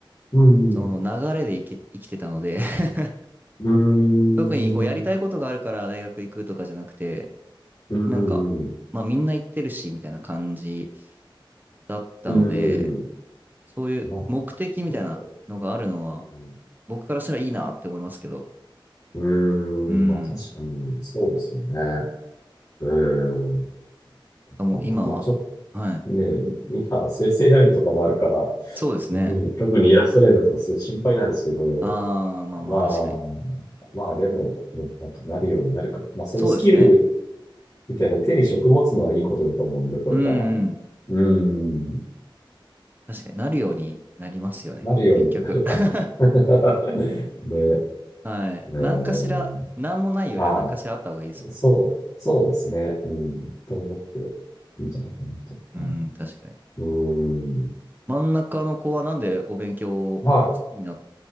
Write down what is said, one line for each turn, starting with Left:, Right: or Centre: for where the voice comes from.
Left: うん。
Right: その流れで生き、生きてたので <laughs>
Left: うーん。
Right: 特にこうやりたいことがあるから大学行くとかじゃなくて、
Left: うー
Right: なんか、
Left: ん。
Right: まあみんな行ってるし、みたいな感じだったので、
Left: うーん。
Right: そういう目的みたいなのがあるのは、
Left: まあ、そうですよね。うん。
Right: 僕からしたらいいなって思いますけど、
Left: うーん。
Right: うん。
Left: まあ、確かに、そうですよね。うーん。
Right: あもう今は、
Left: あの、まあ、ちょっ
Right: はい。
Left: とね、今、生成エーア i とかもあるから、
Right: そうですね。
Left: ね、特にイラストレーターとかすごい心配なんですけど、
Right: ああ、まあまあ確かに。
Left: まあ、まあ、でも、うんなんかなるようになるか。まあ、そういうスキル
Right: そうですね。
Left: みたいなの手に職持つのはいいことだと思うんで、これから。
Right: うんうん。
Left: うーん。
Right: 確かになるようになりますよね。
Left: なるようになるかなと。
Right: 結局。<laughs>
Left: <laughs> で、
Right: はい。
Left: えー
Right: 何かしら、何もないよりは何かしらあった方がいいですもんね。
Left: はい、そう、そうですね、うん、と思っていいんじゃないかなと。はい、
Right: うん、確かに。
Left: うん、
Right: 真ん中の子はなんでお勉強好きになっ
Left: は